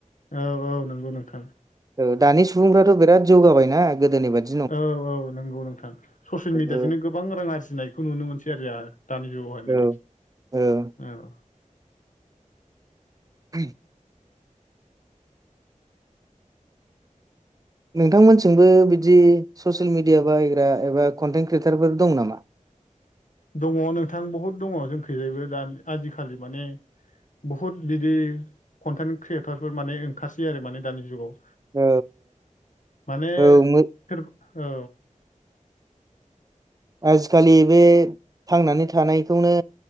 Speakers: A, on the left (about 70°); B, on the right (about 25°).
A: औ औ नंगौ नोंथां
B: औ दानि सुबुंफ्राथ' बिराद जौगाबायना गोदोनि बायदि
A: औ औ नोंगौ नोंथां ससियेल मिडियाजोंनो
B: ओ
A: गोबां रां आरजिनायखौ नुनो मोनसै आरो आहा दानि जुगावहाय
B: औ
A: माने
B: औ
A: औ
B: <inaudible> नोंथांमोनथिंबो बिदि ससियेल मिडिया बाहायग्रा एबा कन्टेन्ट क्रियेटारफोर दं नामा
A: दङ नोंथां बहुद दङ जोंखैजायबो दा आजिखालि माने बहुद बिदि कन्टेन्ट क्रियेटरफोर माने ओंखारसै आरो माने दानि जुगाव
B: औ
A: माने
B: औ मो
A: सोर औ
B: आजिखालि बे थांनानै थानायखौनो